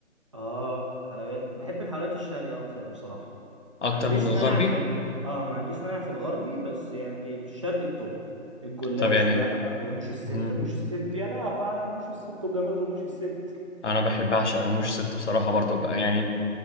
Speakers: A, on the right; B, on the left.
A: اه حلويات بحب الحلويات الشرقية أكتر بصراحة
B: اكتر
A: ما عنديش
B: من الغربي
A: مانع في ال... اه ما عنديش مانع في الغربي بس يعني الشرقي التوب الجلاش
B: طب يعني
A: بقى ورموش الست
B: امم
A: رموش الست يا لهوي على رموش الست وجمال رموش الست
B: انا بحب اعشق رموش ست بصراحة برضو بقى يعني